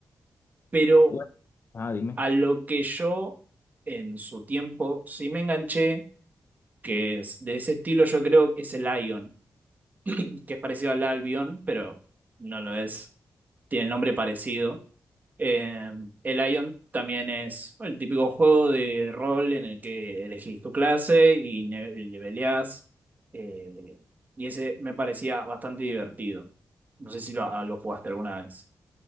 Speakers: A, on the right; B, on the left.
A: Pero
B: Bueno, ah, dime.
A: a lo que yo en su tiempo sí me enganché, que es de ese estilo, yo creo que es el Ion, que es parecido al Albion, pero no lo es, tiene el nombre parecido. Eh, el Ion también es el típico juego de rol en el que elegís tu clase y ne- y leveleás. eh, y ese me parecía bastante divertido. No sé si lo, a- lo jugaste alguna vez.